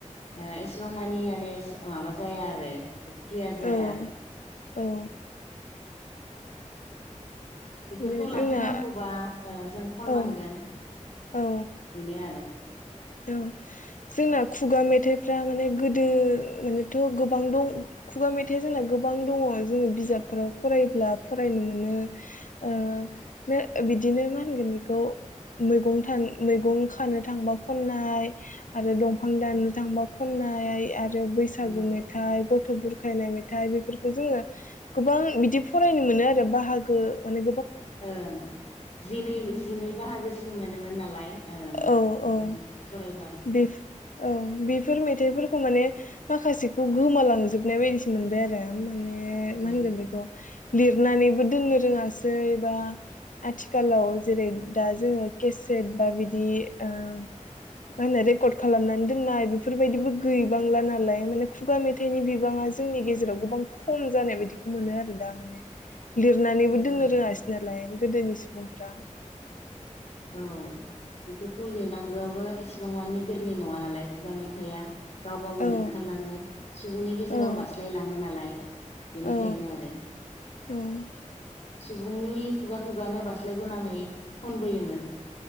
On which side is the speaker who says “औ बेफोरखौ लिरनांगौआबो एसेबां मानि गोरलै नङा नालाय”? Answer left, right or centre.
Left